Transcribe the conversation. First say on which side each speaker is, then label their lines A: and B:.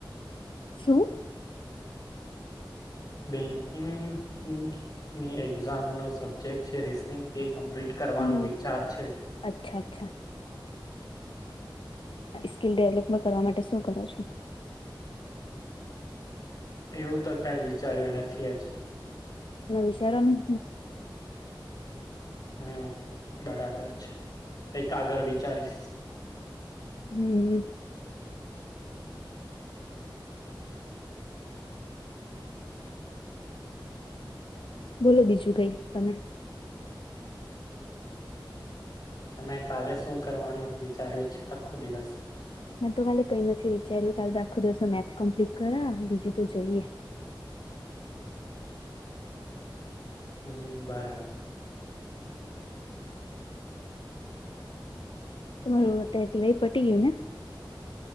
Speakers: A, on the left; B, on the left.
A: શું
B: બેંકિંગની એક્ઝામ નો સબ્જેક્ટ છે રીઝનિંગ તે કમ્પ્લીટ કરવાનો
A: હમ
B: વિચાર છે
A: અચ્છા અચ્છા સ્કીિલ ડેવલપમેન્ટ કરવા માટે શું કરો છો
B: એવું તો કઈ વિચાર્યું નથી આજ
A: મે વિચારવાનું
B: હમ બરાબર છે એક આગળ વિચારીશ
A: હમ હ બોલો બીજું કઈ તમે
B: તમે કાલે શું કરવાનું વિચાર્યું છે આખો દિવસ
A: મેં ત હાલે કઈ નથી વિચાર્યું કાલ તો આખો દિવસો મેથ કમ્પ્લીટ કરા બીજું તો જોઈએ
B: હ હ બરાબર
A: તમારું અત્યારે ટિવાય પટી ગયું ને